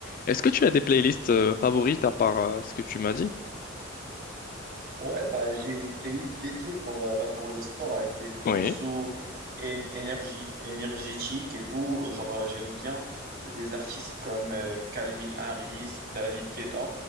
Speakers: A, on the left; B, on the right.
A: Est-ce que tu as des playlists euh, favorites à part euh, ce que tu m'as dit?
B: Ouais, bah, j'ai une playlist dédiée pour, euh, bah, pour le sport avec des
A: Oui.
B: morceaux en- énergie, énergétiques et tout. Euh, Genre, euh, j'aime bien des artistes comme euh, Calvin Harris ou David Guetta.